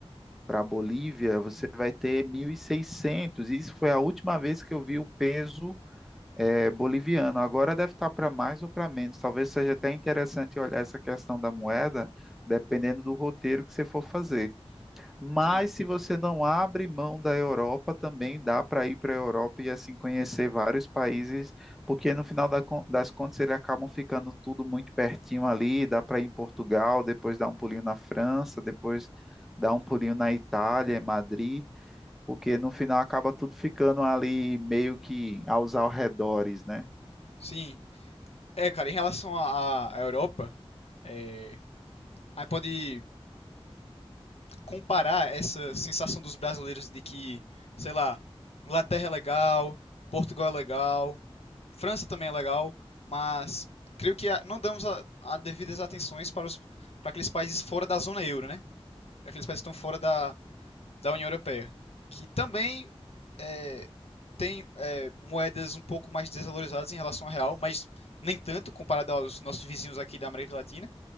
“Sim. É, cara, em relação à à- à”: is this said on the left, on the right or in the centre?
Left